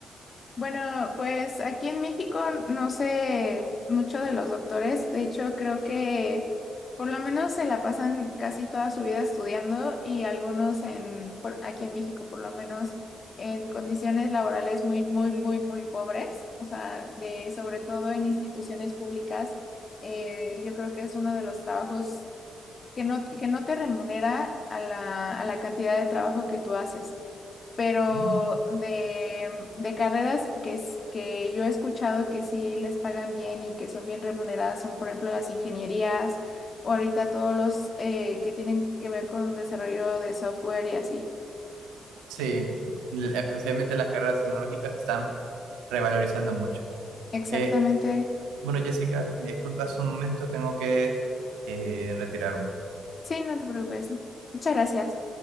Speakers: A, on the left; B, on the right.
A: Bueno, pues aquí en México no sé mucho de los doctores. De hecho, creo que por lo menos se la pasan casi toda su vida estudiando y algunos en, por- aquí en México por lo menos en condiciones laborales muy, muy, muy, muy pobres. O sea, de, sobre todo en instituciones públicas, eh, yo creo que es uno de los trabajos que no, que no te remunera a la, a la cantidad de trabajo que tú haces pero
B: Mm,
A: de, de carreras que, es- que yo he escuchado que sí les pagan bien y que son bien remuneradas son, por ejemplo, las ingenierías o ahorita todos los eh, que tienen que ver con desarrollo de software y así.
B: Sí, l- especialmente las carreras tecnológicas se están revalorizando mucho.
A: Exactamente.
B: Eh, bueno, Jessica, me disculpas un momento, tengo que eh, retirarme.
A: Sí, no te preocupes. Muchas gracias.